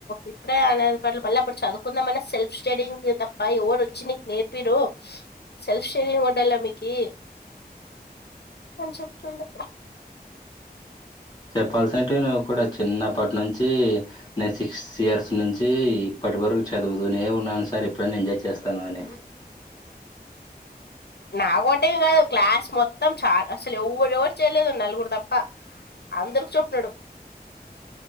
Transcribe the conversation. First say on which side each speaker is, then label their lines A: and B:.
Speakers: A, on the left (about 80°); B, on the left (about 25°).
A: ఇప్పుడే ఆన పల వల్ల అప్పుడు చదువుకుందాం మన సెల్ఫ్ స్టడీంగ్ తప్ప ఎవరు వచ్చి నీకు నేర్పిరు సెల్ఫ్ షేరింగ్ ఉండాల మీకి అని చెప్తుండే
B: చెప్పాల్సినంటే నువ్వు కూడా చిన్నప్పటి నుంచి నేను సిక్స్ ఇయర్స్ నుంచి ఇప్పటి వరకు చదువుతూనే ఉన్నాను సార్ ఎప్పుడనా ఎంజాయ్ చేస్తాన అని
A: నాకుంటే గాదు క్లాస్ మొత్తం చా అసలు ఎవరు ఎవరు చేయలేదు నలుగురు తప్ప అందరకి చెప్పాడు